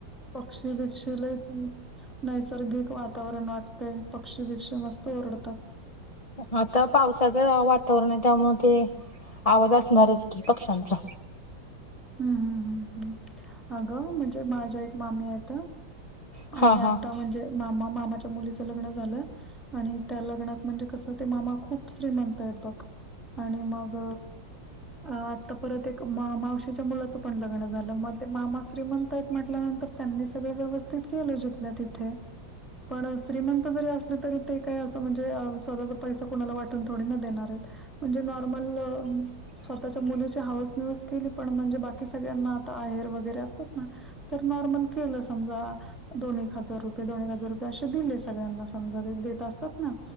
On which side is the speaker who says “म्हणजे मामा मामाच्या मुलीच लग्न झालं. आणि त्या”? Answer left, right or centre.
Centre